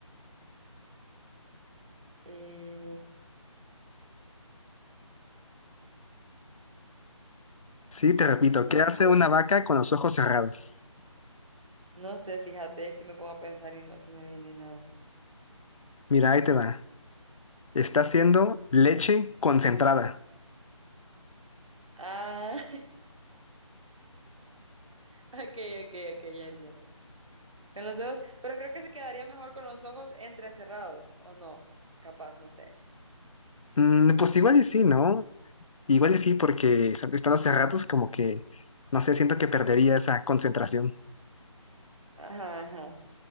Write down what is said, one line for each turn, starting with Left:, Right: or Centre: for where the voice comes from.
Right: Eh,
Left: Sí, te repito,
Right: no,
Left: ¿qué hace
Right: sé,
Left: una vaca con los ojos cerrados?
Right: no sé, fíjate, es que me pongo a pensar y no se me viene nada.
Left: Mira, ahí te va. Está haciendo leche concentrada.
Right: Ah, <laughs> ok, ok, ok, ya entiendo. Con los ojos, pero creo que se quedaría mejor con los ojos entrecerrados, o no, capaz, no sé.
Left: Mm, pues igual y sí, ¿no? Igual y sí, porque est- estando hace ratos como que, no sé, siento que perdería esa concentración.
Right: Ajá, ajá.